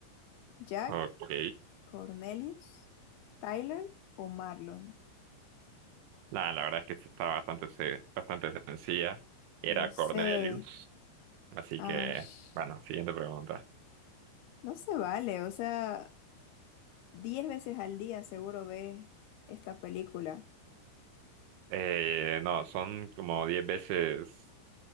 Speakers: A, on the left (about 75°); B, on the right (about 85°).
A: ¿Jack?
B: Ok.
A: Cornelius, Tyler o Marlon.
B: Nah, la verdad es que esta está bastante, se- bastante sencilla. Era
A: Lo sé.
B: Cornelius. Así
A: Ash,
B: que, bueno, siguiente pregunta.
A: no se vale. O sea, diez veces al día seguro ves esta película.
B: Eh, no, son como 10 veces,